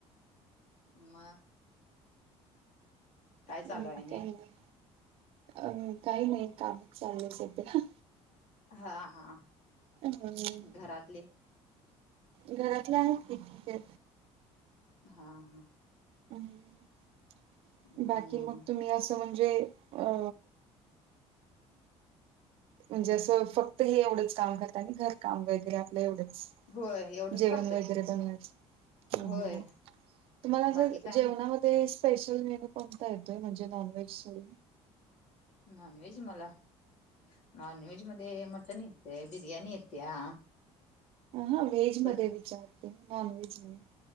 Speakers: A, on the left; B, on the right.
A: मग. काय चालू
B: हम्म
A: आहे आणि
B: काही नाही अम काही नाही कामच चाललं आहे सध्या.
A: हा हा.
B: अ ह
A: घरातले
B: घरातलं आहेत की ते
A: हा हा.
B: उम्म
A: हम्म
B: बाकी मग तुम्ही असं म्हणजे अ म्हणजे असं फक्त हे एवढंच काम करता आणि घरकाम वगैरे आपलं एवढंच.
A: होय एवढंच
B: जेवण
A: करतोय
B: वगैरे बनवायच हम्म.
A: होय
B: तुम्हाला
A: बाकी
B: जर
A: काय
B: जेवणामध्ये
A: नाही
B: स्पेशल मेनू कोणता येतोय म्हणजे नॉन व्हेज सोडून.
A: नॉन व्हेज मला नॉन व्हेज मध्ये मटन येतय बिर्याणी येत्या.
B: अ ह व्हेज
A: पर
B: मध्ये विचारते नॉन व्हेज नाही.